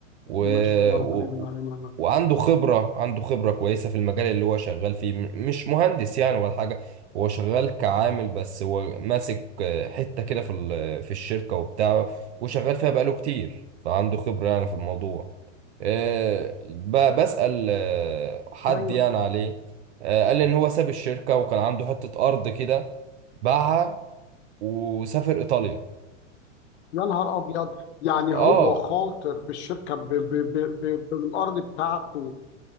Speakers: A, on the right; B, on the left.
A: و...
B: ما شاء الله ربنا
A: و...
B: يديم عليه نعمه
A: وعنده خبرة عنده خبرة كويسة في المجال اللي هو شغال فيه م- مش مهندس يعني ولا حاجة هو شغال كعامل بس هو ماسك آه، حتة كده في ال... في الشركة وبتاعه وشغال فيها بقاله كتير فعنده خبرة يعني في الموضوع آه، ب- بسأل آه، حد
B: طيب
A: يعني عليه آه، قال لي ان هو ساب الشركة وكان عنده حتة ارض كده باعها وسافر ايطاليا
B: يا نهار ابيض يعني
A: اه
B: هو خاطر بالشركه ب ب ب ب بالارض بتاعته